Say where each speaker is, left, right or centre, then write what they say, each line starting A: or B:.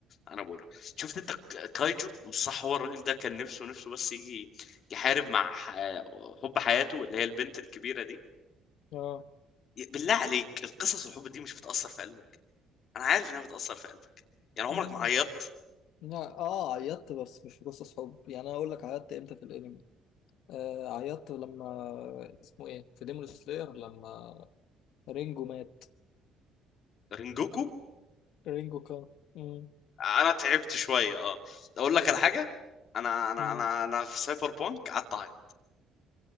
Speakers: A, on the left (about 45°); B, on the left (about 70°).
A: انا بقول لك شفت انت ك- كايجو مش صح هو الراجل ده كان نفسه نفسه بس يجي يحارب مع ح- حب حياته اللي هي البنت الكبيرة دي
B: اه
A: بالله عليك القصص الحب دي مش بتأثر في قلبك انا عارف انها بتأثر في قلبك يعني عمرك
B: مم.
A: ما عيطت
B: لا، اه عيطت بس مش في قصص حب يعني انا اقول لك عيطت امتى في الانمي آه عيطت لما اسمه ايه في ديمون سلاير لما رينجو مات
A: رينجوكو
B: رينجو كان مم.
A: انا تعبت شويه اه اقول لك على حاجه انا انا
B: مم.
A: انا انا في سايبر بانك قعدت اعيط